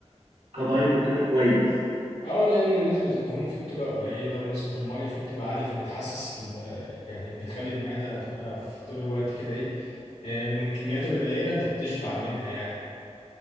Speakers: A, on the right (about 80°); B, on the left (about 85°).
A: كدايت وكده كويس
B: اه لأن نسبة الدهون فيه بتبقى قليلة ونسبة المية فيه بتبقى عالية فبتحسس ال- يعني بتخلي المعدة تبقى في طول الوقت كده ايه إيه، من الكميات القليلة انت بتشبع منها يعني